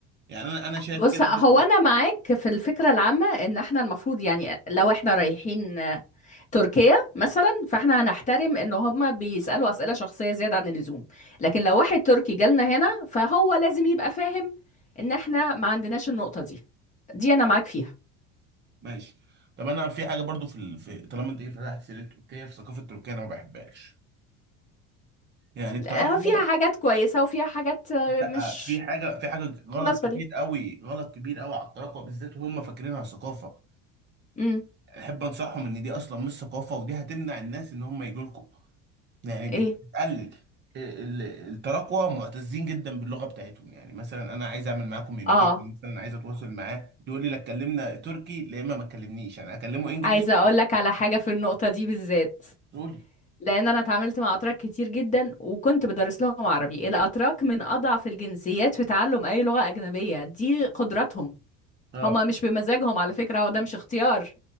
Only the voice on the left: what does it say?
بص
هو
انا معاك في الفكره العامه ان احنا المفروض يعني لو احنا رايحين آه، تركيا مثلا فاحنا هنحترم ان هما بيسالوا اسئله شخصيه زياده عن اللزوم لكن لو واحد تركي جالنا هنا فهو لازم يبقى فاهم ان احنا ما عندناش النقطه دي دي انا معاك فيها
آه، فيها حاجات كويسة وفيها حاجات آه،
مش
مناسبة
لي
امم
ايه
اه
عايزه اقول لك على حاجه في النقطه دي بالذات
لان انا اتعاملت مع اتراك كتير جدا وكنت بدرس لهم عربي الاتراك من اضعف الجنسيات في تعلم اي لغه اجنبيه دي قدرتهم
هما مش بمزاجهم على فكره هو ده مش اختيار